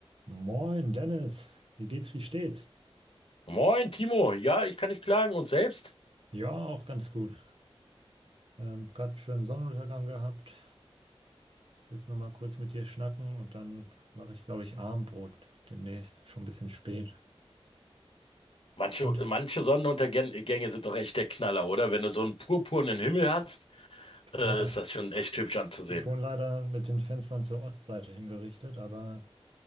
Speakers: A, on the right; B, on the left.
A: Moin Dennis, wie geht's, wie steht's?
B: Moin, Timo. Ja, ich kann nicht klagen. Und selbst?
A: Ja, auch ganz gut. Ähm, gerade einen schönen Sonnenuntergang gehabt. Jetzt nochmal kurz mit dir schnacken und dann mache ich, glaube ich, Abendbrot demnächst. Schon ein bisschen spät.
B: Manche,
A: Und
B: manche Sonnenuntergänge sind doch echt der Knaller, oder? Wenn du so einen purpurnen Himmel hast, äh,
A: total.
B: ist das schon echt hübsch anzusehen.
A: Ich wohne leider mit den Fenstern zur Ostseite hingerichtet, aber